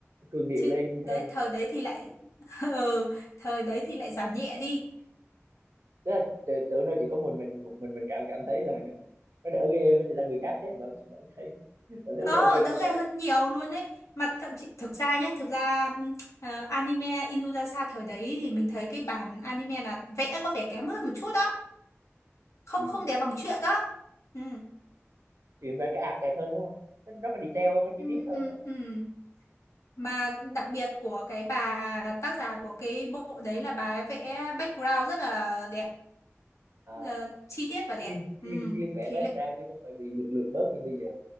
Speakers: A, on the right; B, on the left.
A: cường điệu
B: Chứ
A: lên
B: đấy
A: hơn
B: thời đấy thì lại <laughs> ừ, thời đấy thì lại giảm nhẹ đi.
A: tức là tự- tưởng đâu chỉ có mình mình một mình mình cảm cảm thấy là <laughs> nó đỡ ghê hơn thì là người khác ấy, vẫn vẫn thấy vẫn thấy
B: Đó,
A: nó đỡ ghê
B: đỡ
A: hơn
B: ghê
A: rồi
B: hơn nhiều luôn đấy. Mà thậm chí thực ra nhé, thực ra ừm, ờ, anime Inuyasha thời đấy thì mình thấy cái bản anime là vẽ có vẻ kém hơn một chút đó, không
A: ừ.
B: không đẹp bằng truyện đó. Ừ.
A: chuyện vẽ cái ạt đẹp hơn đúng không nó rất là detail hơn nó chi
B: Ừ,
A: tiết hơn
B: ừ,
A: á
B: ừ. Mà đặc biệt của cái bà tác giả của cái bộ đấy là bà ấy vẽ background rất là đẹp,
A: à,
B: ờ, chi tiết và đẹp.
A: chuyên
B: Ừ,
A: chuyên chuyên vẽ
B: thì
A: background
B: lệ,
A: chứ không phải bị lược lược bớt như bây giờ